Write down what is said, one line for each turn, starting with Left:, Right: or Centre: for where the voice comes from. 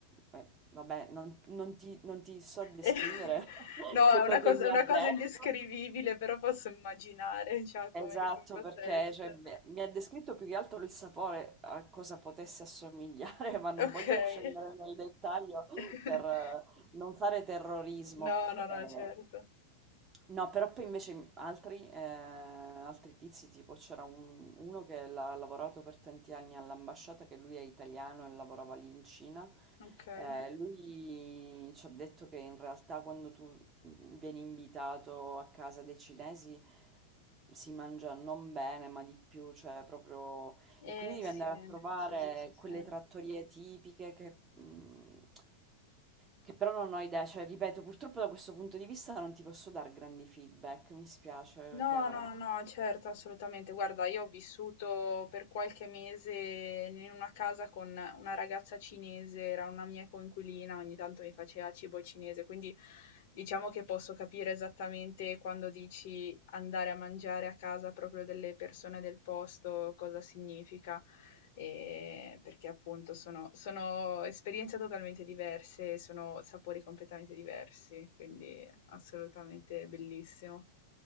Right: eh, vabbè, non, non ti, non ti so descrivere
Left: Eh, <laughs>
Right: <laughs>
Left: No,
Right: quello
Left: è una
Right: che
Left: cosa
Right: mi
Left: è una
Right: ha detto.
Left: cosa indescrivibile, però posso immaginare, cioè,
Right: Esatto,
Left: come come possa
Right: perché
Left: essere.
Right: cioè, mi mi ha descritto più che altro il sapore a cosa potesse assomigliare, <laughs> ma non
Left: Okay.
Right: voglio scendere nel dettaglio
Left: <laughs>
Right: per eh, non fare terrorismo.
Left: No, no, no,
Right: Eh,
Left: certo.
Right: no, però poi invece altri, eh, altri tizi, tipo c'era un- uno che l'ha lavorato per tanti anni all'ambasciata, che lui è italiano e lavorava lì in Cina,
Left: Okay.
Right: eh, lui ci ha detto che in realtà quando tu mhmm, vieni invitato a casa dei cinesi si mangia non bene, ma di più, cioè proprio... E
Left: Eh
Right: quindi devi
Left: sì,
Right: andare a trovare
Left: sì, sì, sì, sì.
Right: quelle trattorie tipiche che... mm, Che però non ho idea, cioè ripeto, purtroppo da questo punto di vista non ti posso dare grandi feedback, mi spiace,
Left: No,
Right: Chiara.
Left: no, no, certo, assolutamente. Guarda, io ho vissuto per qualche mese in una casa con una ragazza cinese, era una mia coinquilina, ogni tanto mi faceva cibo cinese, quindi diciamo che posso capire esattamente quando dici andare a mangiare a casa proprio delle persone del posto, cosa significa, e perché appunto sono, sono esperienze totalmente diverse, sono sapori completamente diversi, quindi assolutamente bellissimo.